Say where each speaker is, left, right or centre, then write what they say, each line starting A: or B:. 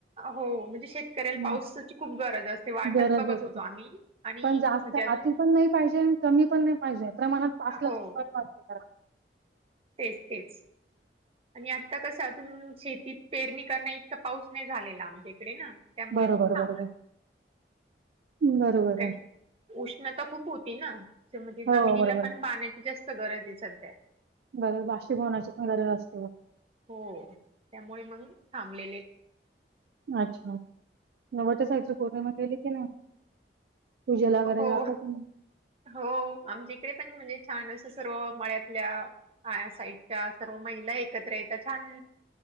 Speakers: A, on the right; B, on the right.
A: हो म्हणजे शेतकऱ्याला पावसाची
B: मग
A: खूप गरज असते वाटच
B: गरज
A: बघत
B: असते
A: होतो आम्ही आणि
B: पण जास्त
A: म्हणजे अजून
B: अति पण नाही पाहिजे आणि कमी पण नाही पाहिजे प्रमाणात पासलं
A: हो
B: बघपत
A: तेच तेच आणि आत्ता कसं अजून शेतीत पेरणी करण इतका पाऊस नाही झालेला आमच्या इकडे ना त्यामुळे
B: बरोबर
A: मी सांब
B: बरोबर बरोबर
A: कारण
B: आहे
A: उष्णता खूप होती ना म्हणजे
B: हो
A: जमिनीला
B: बरोबर
A: पण बाण्याची जास्त गरज आहे सध्या
B: बर बाशिक होण्याची पण गरज असते बघ
A: हो त्यामुळे मग थांबलेले
B: अच्छा नववच्या सायच पूर्णमध्ये गले की नाही पूजेला वगैरे
A: हो
B: गता क
A: हो आमच्याकडे पण म्हणजे छान असं सर्व मळ्यातल्या हा साईडच्या सर्व महिला एकत्र येत छान